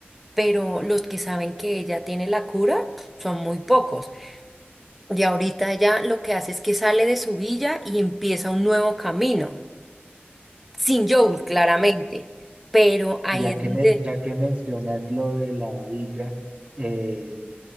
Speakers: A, in the centre; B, on the right (about 35°).
A: pero los que saben que ella tiene la cura son muy pocos. Y ahorita ella lo que hace es que sale de su villa y empieza un nuevo camino, sin Joel, claramente, pero ahí
B: Ya
A: es
B: que
A: donde,
B: me, ya que mencionas lo de la villa, eh,